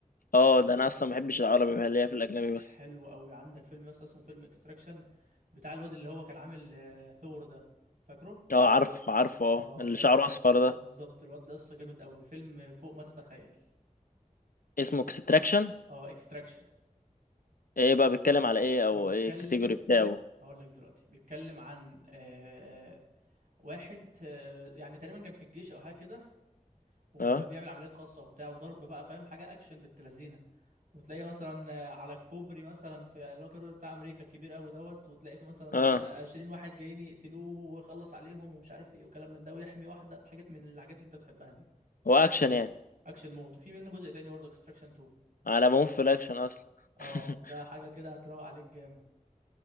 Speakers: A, on the left; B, on the right.
A: اه ده انا اصلا ما بحبش العربي بقى ليا في الاجنبي
B: حلو
A: بس
B: قوي عندك فيلم يا اسطى اسمه فيلم اكستراكشن بتاع الواد اللي هو كان عامل آه، ثور ده فاكره
A: اه عارف عارفه اه
B: اه
A: اللي
B: الواد
A: شعره
B: ده
A: اصفر ده
B: بالظبط الواد ده قصه جامد قوي الفيلم فوق ما تتخيل
A: اسمه اكستراكشن
B: اه اكستراكشن
A: ايه بقى بيتكلم على ايه او
B: بيتكلم
A: ايه الكاتيجوري بتاعه
B: هقول لك دلوقتي بيتكلم عن آه، آه، واحد آه، يعني تقريبا كان في الجيش او حاجه كده وبقى
A: اه
B: بيعمل عمليات خاصه وبتاع وضرب بقى فاهم حاجه اكشن بنت لذينه وتلاقي مثلا على الكوبري مثلا في اللي هو الكوبري بتاع امريكا الكبير قوي دوت وتلاقي في مثلا
A: اه
B: عشرين واحد جايين يقتلوه ويخلص عليهم ومش عارف ايه وكلام من ده ويحمي واحده حاجات من الحاجات اللي انت بتحبها دي
A: هو اكشن يعني
B: اكشن مود وفي منه جزء تاني برضه اكستراكشن 2
A: على ما في الاكشن اصلا <laughs>
B: اه ده حاجه كده هتروق عليك جامد